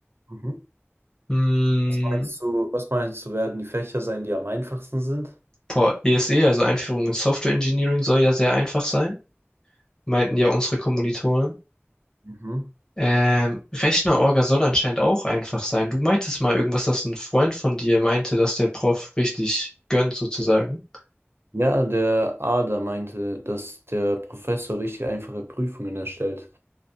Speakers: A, on the right; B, on the left.
A: Mhm.
B: Hm,
A: Was meinst du, was meinst du, werden die Fächer sein, die am einfachsten sind?
B: Boah, ESE, also Einführung in Software Engineering, soll ja sehr einfach sein, meinten ja unsere Kommilitonen.
A: Mhm.
B: Ähm, Rechner-Orga soll anscheinend auch einfach sein. Du meintest mal irgendwas, dass ein Freund von dir meinte, dass der Prof richtig gönnt, sozusagen.
A: Ja, der Ader meinte, dass der Professor richtig einfache Prüfungen erstellt.